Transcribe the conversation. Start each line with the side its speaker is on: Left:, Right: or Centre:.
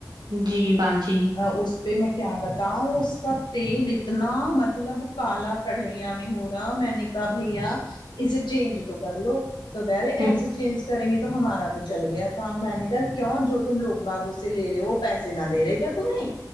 Right: جی باجی
Left: اس پہ میں کیا بتاؤں اس کا تیل اتنا مطلب کالا کڑھائییا میں ہو رہا میں نے کہا بھیا اسے چینج تو کر لو تو کہ رے
Right: ہ
Left: ایسسی چینز کریں گے تو ہمارا تو چل گیا کام میں نے کہا کیوں جو تم لوگ باغ اس سے لے رہے ہو وہ پیسے نا دے رہے ک تمہیں